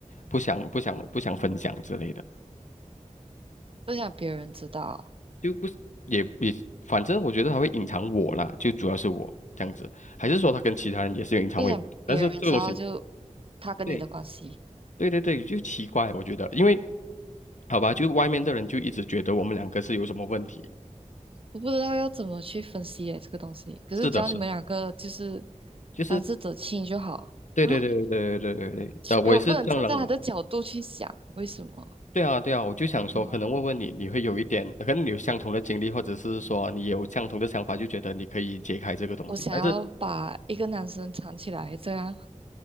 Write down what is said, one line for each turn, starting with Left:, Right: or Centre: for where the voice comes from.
Left: 不想，不想，不想分享之类的，
Right: 不想别人知道。
Left: 就不是也也，反正我觉得他会隐藏我啦，就主要是我这样子，还是说他跟其他人也是有隐藏，
Right: 不想别人知道就
Left: 我也不懂，但是这个东西，
Right: 他跟你的关系，
Left: 对对对对，就奇怪，我觉得，因为好吧，就外面的人就一直觉得我们两个是有什么问题，
Right: 我不知道要怎么去分析耶这个东西。可是只要你们两个就是
Left: 是的，是的就是。
Right: 当事者清就好，
Left: 对对对对对对对，
Right: <laughs>
Left: 对，我也是这样认为。
Right: 因为我不能站在他的角度去想为什么，
Left: 对啊，对啊，我就想说，
Right: 嗯，
Left: 可能问问你，你会有一点，可能你有相同的经历，或者是说你有相同的想法，就觉得你可以解开这个东西，
Right: 我想要把一个男生藏起来这样。
Left: 但是